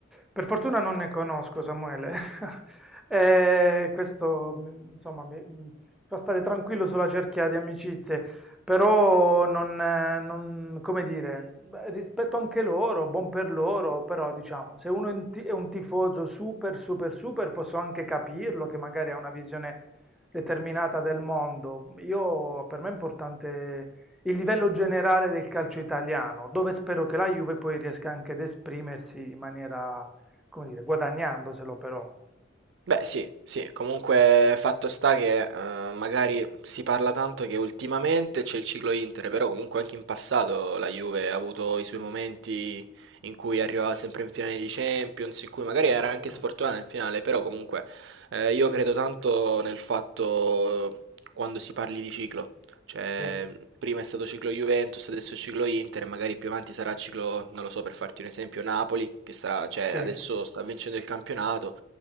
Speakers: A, in the centre; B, on the right (about 65°).
A: Per fortuna non ne conosco, Samuele. <laughs> E questo, mh, insomma, mi mi fa stare tranquillo sulla cerchia di amicizie, però non, eh, non- come dire, beh, rispetto anche loro, buon per loro, però diciamo, se uno è un ti- è un tifoso super, super, super, posso anche capirlo che magari ha una visione determinata del mondo. Io, per me è importante il livello generale del calcio italiano, dove spero che la Juve poi riesca anche ad esprimersi in maniera come dire, guadagnandoselo però,
B: Beh sì, sì, comunque fatto sta che, ehm, magari si parla tanto che ultimamente c'è il ciclo Inter, però comunque anche in passato la Juve ha avuto i suoi momenti in cui arrivava sempre in finale di Champions, in cui magari era
A: certo,
B: anche sfortunata in finale, però comunque eh, io credo tanto nel fatto quando si parli di ciclo, cioè
A: sì,
B: prima è stato ciclo Juventus, adesso è ciclo Inter, e magari più avanti sarà ciclo, non lo so, per farti un esempio, Napoli, che sarà, cioè
A: sì.
B: adesso sta vincendo il campionato.